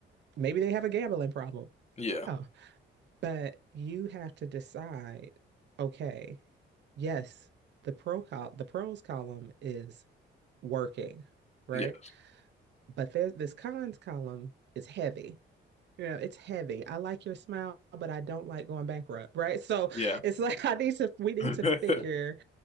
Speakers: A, on the right; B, on the left.
A: maybe they have a gambling problem.
B: yeah.
A: Oh, but you have to decide, okay, yes, the pro col the pros column is working, right?
B: Yes.
A: But there's this cons column is heavy. You know, it's heavy. I like your smile, but I don't like going bankrupt, right? So
B: Yeah.
A: it's like <laughs> I need to we need
B: <laughs>
A: to figure